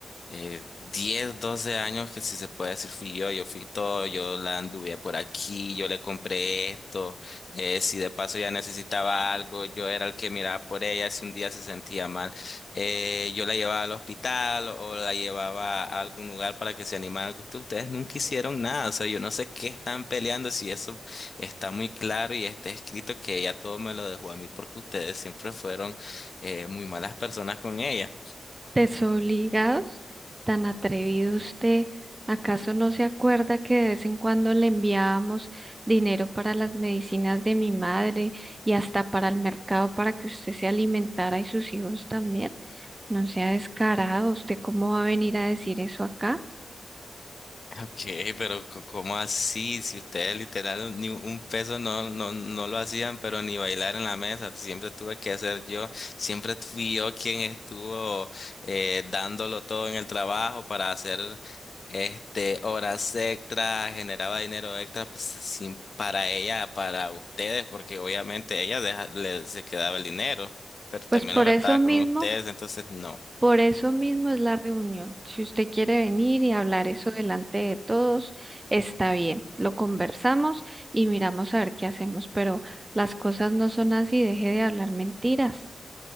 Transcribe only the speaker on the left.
eh, 10, 12 años, que si se puede decir fui yo, yo fui todo, yo la anduve por aquí, yo le compré esto, eh, si de paso ya necesitaba algo, yo era el que miraba por ella, si un día se sentía mal. Eh, yo la llevaba al hospital o la llevaba a algún lugar para que se animara al gusto. Ustedes nunca hicieron nada, o sea, yo no sé qué están peleando, si eso está muy claro y está escrito que ella todo me lo dejó a mí porque ustedes siempre fueron eh, muy malas personas con ella.
Ok, pero co- ¿cómo así? Si ustedes literal ni un peso no, no, no lo hacían, pero ni bailar en la mesa, siempre tuve que hacer yo, siempre fui yo quien estuvo eh, dándolo todo en el trabajo para hacer este horas extra, generaba dinero extra pues, sin, para ella, para ustedes, porque obviamente ella deja- le, se quedaba el dinero, pero
también
lo gastaba
con ustedes, entonces no.